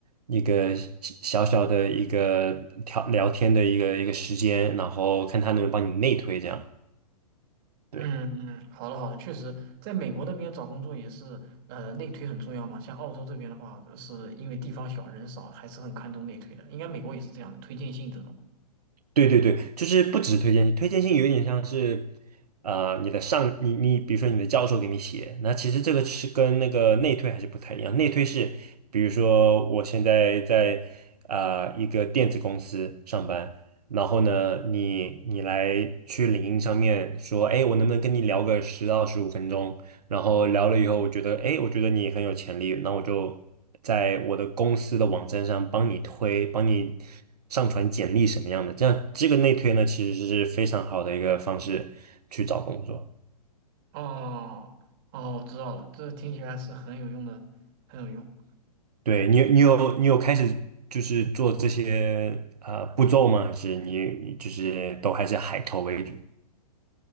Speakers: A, on the right; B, on the right.
A: 一个小小的一个聊聊天的一个一个时间，然后看他能不能帮你内推这样。对。
B: 嗯嗯，好的好的，确实，在美国那边找工作也是，呃，内推很重要嘛。像澳洲这边的话，是因为地方小人少，还是很看重内推的。应该美国也是这样的，推荐信这种。
A: 对对对，就是不只是推荐信，推荐信有一点像是，啊，你的上你你，比如说你的教授给你写，那其实这个是跟那个内推还是不太一样。内推是，比如说我现在在啊、一个电子公司上班，然后呢，你你来去领英上面说，哎，我能不能跟你聊个十到十五分钟？然后聊了以后，我觉得，哎，我觉得你很有潜力，那我就在我的公司的网站上帮你推，帮你上传简历什么样的，这样这个内推呢，其实是非常好的一个方式去找工作。
B: 哦哦，我知道了，这听起来是很有用的，很有用。
A: 对，你，你有你有开始就是做这些啊、呃步骤吗？还是你你就是都还是海投为主？